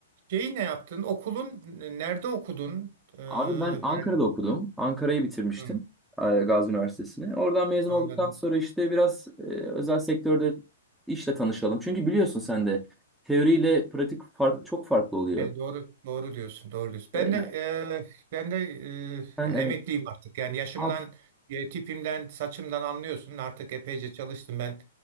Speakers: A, on the right; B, in the centre.
A: Şeyi ne yaptın? Okulun nerede okudun? Ee,
B: Abi ben Ankara'da
A: yani
B: okudum. Ankara'yı bitirmiştim
A: hı,
B: e, Gazi Üniversitesi'ni. Oradan mezun
A: anladım.
B: olduktan sonra işte biraz e, özel sektörde işle tanışalım. Çünkü biliyorsun sen de teoriyle pratik fark, çok farklı oluyor.
A: Yani doğru doğru diyorsun. Doğru diyorsun. Ben
B: E,
A: de e, ben de
B: ben
A: e, ya
B: evet.
A: emekliyim artık. Yani yaşımdan,
B: Aa,
A: e, tipimden, saçımdan anlıyorsun. Artık epeyce çalıştım ben.